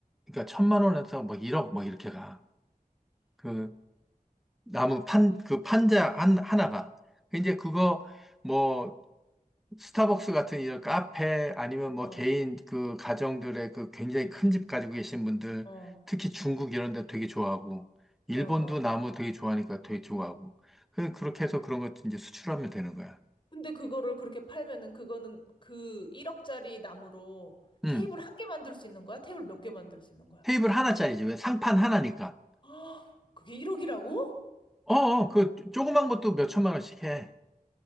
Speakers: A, in the centre; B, on the left (about 35°).
A: 그러니까 천만 원에서 뭐 1억 뭐 이렇게 가. 그, 나무 판, 그 판자 한, 하나가. 그 이제 그거 뭐 스타벅스 같은 이런 카페 아니면
B: 어,
A: 뭐 개인 그 가정들의 그 굉장히 큰 집 가지고 계신 분들
B: 어,
A: 특히 중국 이런 데 되게 좋아하고 일본도
B: 어, 어.
A: 나무 되게 좋아하니까 되게 좋아하고. 그- 그렇게 해서 그런 것도 이제 수출하면 되는 거야.
B: 근데 그거를 그렇게 팔면은 그거는 그 1억짜리 나무로
A: 음.
B: 테이블 한 개 만들 수 있는 거야? 테이블 몇 개 만들 수 있는 거야?
A: 테이블 하나짜리지. 왜 상판 하나니까.
B: <gasps> 아, 그게 1억이라고?
A: 어, 어, 그 조그만 것도 몇 천만 원씩 해.